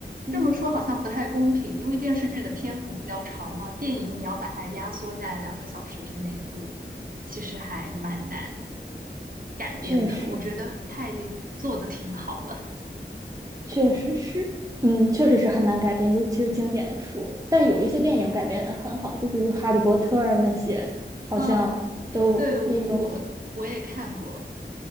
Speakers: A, on the right; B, on the right.
A: 嗯，
B: 这么说好像不太公平，因为电视剧的篇幅比较长嘛，电影你要把它压缩在两个小时之内，就其实还蛮难改编的。
A: 确实
B: 我觉得他已经做的挺好了。
A: 确实是，嗯，确实是很难改编，尤其是经典的书。但有一些电影改编的很好，就比如《哈利波特》那些，好像都那种，
B: 嗯，对，我我我我也看过，